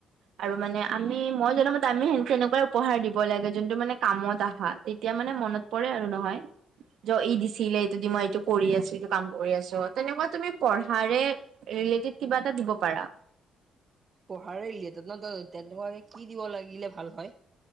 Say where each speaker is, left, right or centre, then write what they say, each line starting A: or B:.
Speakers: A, on the right; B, on the right.
A: আৰু মানে আমি মই জনামতে আমি সে সেনেকুৱাই উপহাৰ দিব লাগে যোনটো মানে কামত আহা তেতিয়া তাৰ মানে মনত পৰে আৰু নহয় জ ই দিছিলে এইটো দি মই এইটো কৰি আছো এইটো কাম কৰি আছো তেনেকুৱা তুমি পঢ়াৰে ৰিলে তিভ কিবা এটা দিব পাৰা
B: পঢ়াৰে ৰিলেটেড তেনেকোৱাকে কি দিব লাগিলে ভাল হয়